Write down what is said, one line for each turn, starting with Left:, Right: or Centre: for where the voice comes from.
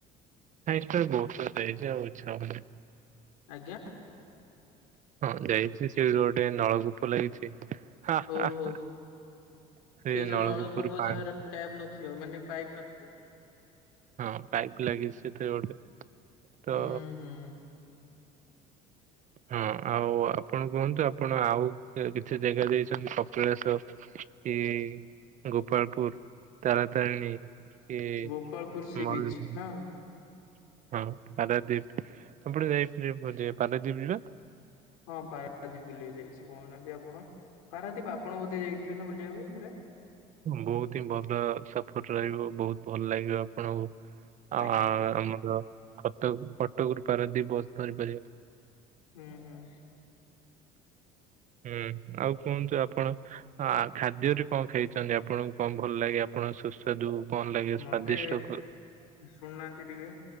Right: ହଁଇଟା ବି ବହୁତ କ ହେଇଛି ଆଉ ଛ <unintelligible>
Left: ଆଜ୍ଞା।
Right: ହଁ ଯାଇଛି ସେଠି ଗୋଟେ ନଳକୂପ ଲାଗିଛି। ହ ସେ
Left: ଓହୋ। ସେଇ ଯୋଉ
Right: ନଳକୂପୁର
Left: ନଳକୂପ
Right: ପାଣି
Left: ଯାହାର ଟ୍ୟାପ ନଥିବ ମାନେ ପାଇପ୍ ନଥିବ।
Right: ହଁ ପାଇପ୍ ଲାଗିଛି ସେଥି ଗୋଟେ ତ
Left: ହୁଁ ହୁଁ।
Right: ହଁ ଆଉ ଆପଣ କୁହନ୍ତୁ ଆପଣ ଆଉ କିଛି ଜାଗା ଜାଇଛନ୍ତି କପିଳାସ। ଏ ଗୋପାଳପୁର ତାରାତାରିଣୀ। କି
Left: ଗୋପାଳପୁର ସି
Right: ମ
Left: ବିଚ୍
Right: <unintelligible>
Left: ନା
Right: ହଁ ପାରାଦୀପ ଆପଣେ ଯାଇେ ପାରାଦୀପ ଯିବା <unintelligible>
Left: ହଁ ପାରାଦୀପ ବୁଲିବାକୁ ଯାଇଛି କହୁନାହାନ୍ତି ଆପଣ ପାରାଦୀପ ଆପଣ ବୋଧେ ଯାଇଥିଲେ ନା ବୁଲିବାକୁ ଥରେ।
Right: ବହୁତ ହିଁ ଭଲ ସଫର ରହିବ ବହୁତ ଭଲ ଲାଗିବ ଆପଣଙ୍କୁ। ଆଉ
Left: ଆଜ୍ଞା
Right: ଆମର କଟ କଟକ ରପାରେ ଦି ବସ୍ ଧରି ପାରିବେ।
Left: ହୁଁ ହୁଁ।
Right: ହୁଁ ଆଉ କୁହନ୍ତୁ ଆପଣ ଆ ଖାଦ୍ୟରେ କଣ ଖାଇଛନ୍ତି ଆପଣଙ୍କୁ କଣ ଭଲ ଲାଗେ ଆପଣ ସୁସ୍ଥ ଯଦୁ କଣ ଲାଗେ
Left: ମତେ
Right: ସ୍ଵାଦିଷ୍ଟ
Left: ଶୁଣୁନାହାନ୍ତି ଟିକେ